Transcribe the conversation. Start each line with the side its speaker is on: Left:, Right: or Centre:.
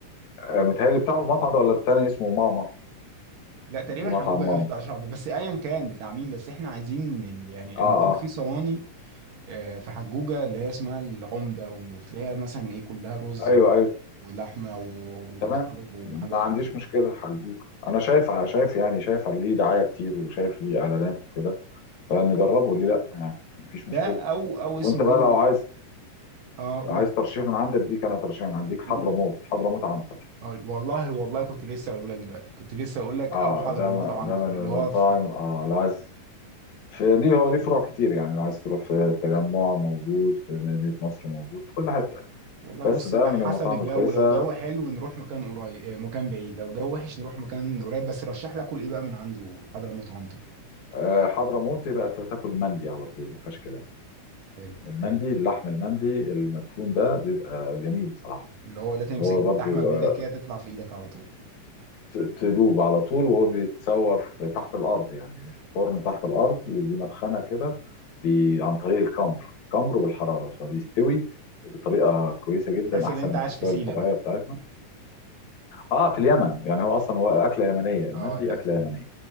Left: آه، متهيألي بتاعه المطعم ده ولا التاني اسمه ماما
Right: لا تقريبا
Left: في مطعم
Right: حجوجه ده
Left: ماما
Right: مش بتاع اشرف عبد الباقي بس ايا كان بتاع مين بس احنا عايزين ال- يعني
Left: اه
Right: انا بشوف
Left: اه
Right: في صواني آه، في حجوجة اللي هي اسمها العمدة وبتلاقيها مثلا ايه كلها رز
Left: ايوه
Right: و-
Left: ايوه
Right: ولحمة و-
Left: تمام
Right: وطرب وحاجات
Left: ما عنديش
Right: من دي
Left: مشكلة حجوج انا شايف شايف يعني شايف ليه دعاية كتير وشايف ليه اعلانات وكده فنجربه ليه لا يعني مفيش مشكلة
Right: ده او او
Left: وانت
Right: اسمه
Left: بقى
Right: ايه
Left: لو
Right: ده
Left: عايز
Right: اه قول
Left: عايز ترشيح من عندك ديك انا ترشيح من عندك حضرموت
Right: قول
Left: حضرموت عنتر
Right: آه، والله والله كنت لسه اقول لك دلوقتي كنت لسه اقول لك
Left: اه
Right: او حضرموت
Left: ده
Right: عنتر
Left: ده من
Right: اللي
Left: المطاعم
Right: هو في
Left: اه لو عايز فليه هو ليه فروع كتير يعني لو عايز تروح في التجمع موجود في مدينة نصر موجود في كل حتة
Right: والله
Left: بس
Right: بص
Left: ده
Right: بقى
Left: من
Right: حسب
Left: المطاعم
Right: الجو
Left: الكويسة
Right: لو جو حلو نروح مكان قريب آه، مكان بعيد لو جو وحش نروح مكان قريب بس رشح لك كل ايه بقى من عنده حضرموت عنتر
Left: آه، حضرموت يبقى تاكل مندي على طول ما فيهاش كلام
Right: حلو
Left: المندي
Right: حلو
Left: اللحم المندي المدفون ده بيبقى جميل بصراحة
Right: اللي هو ده تمسك
Left: هو برضو
Right: اللحمة بايدك
Left: آه،
Right: كده تطلع في ايدك على طول
Left: ت- تدوب على طول وهو بيتسوى في تحت الأرض يعني في فرن تحت الأرض وليه مدخنة كده بي- عن طريق الكمر الكمر والحرارة فبيستوي بطريقة كويسة جدا
Right: تحس
Left: أحسن
Right: ان انت
Left: من
Right: عايش
Left: التسوية
Right: في سينا
Left: الطبيعية
Right: بقى
Left: بتاعتنا اه في اليمن يعني هو اصلا هو اكله يمنيه المندي
Right: اه الاكل
Left: اكله يمنيه